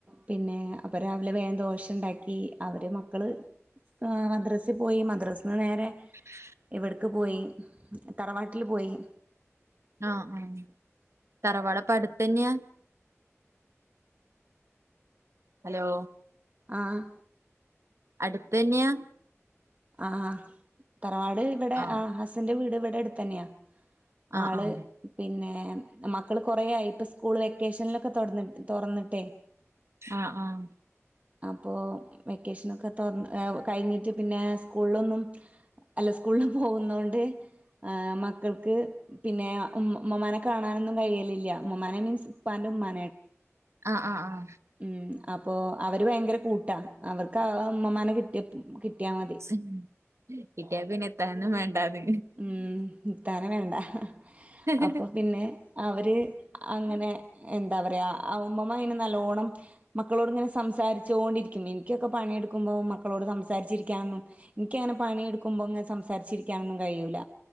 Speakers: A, on the right (about 30°); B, on the right (about 65°).
A: പിന്നെ അപ്പ രാവിലെ വേഗം ദോഷ ഉണ്ടാക്കി അവര് മക്കള് ആഹ് മദ്രസിൽ പോയി മദ്രസിന് നേരെ
B: <unintelligible>
A: ഇവിടക്ക് പോയി തറവാട്ടിൽ പോയി
B: ആഹ് ആഹ് തറവാട് അടുത്തന്നയാ ഹലോ
A: ആഹ്
B: അടുത്തന്നയാ
A: ആഹ് ആഹ് തറവാട് ഇവിടെ
B: ആഹ്
A: ആ ഹസ്ന്റെ വീട് ഇവിടെ അടുത്ത തന്നെയാ
B: ആഹ്
A: ആള്
B: ആഹ്
A: പിന്നെ മക്കൾ കുറയായി ഇപ്പള് സ്കൂൾ വെക്കേഷനലൊക്കെ തൊടന്ന തൊ റന്നിട്ടേ
B: ആഹ ആഹ
A: അപ്പോൾ വെക്കേഷനൊക്കെ തുറന്ന് കഴിഞ്ഞിട്ട് പിന്നെ സ്കൂളിലൊന്നും അല്ല സ്കൂളിൽ പോകുന്ന കൊണ്ട് മക്കൾക്ക് പിന്നെ ഉ മമ്മാനെ കാണാനൊന്നും കഴിയലില്ല ഉമ്മാമ്മനെ മീൻസ് ഉപ്പാന്റെ ഉമ്മാ
B: ആഹ ആഹ ആഹ
A: ഉം അപ്പൊ അവര് ഭയങ്കര കൂട്ടാ അവർക്ക് ഉമ്മമാനെ കിട്ടിയ കിട്ടിയാൽ മതി
B: ഉം ഇട്ടിയ പിന്നെ ഇത്തന്നും വേണ്ടാന്ന്
A: ഉ ഇത്താന വേണ്ട
B: വേണ്ടാന്ന്
A: അപ്പൊ പിന്നെ അവര് അങ്ങനെ എന്താ പറയാ ഉമ്മമ്മ അയിന് നല്ലോണം മക്കളോട് ഇങ്ങനെ സംസാരിച്ചോണ്ടിരിക്കും എനിക്കൊക്കെ പണിയെടുക്കുമ്പോൾ മക്കളോട് സംസാച്ചിരിക്കാെന്നും എനിക്കങ്ങനെ പണിയെടുക്കുമ്പോ അങ്ങനെ സംസാരിച്ചിരിക്കാനൊന്നും കഴൂല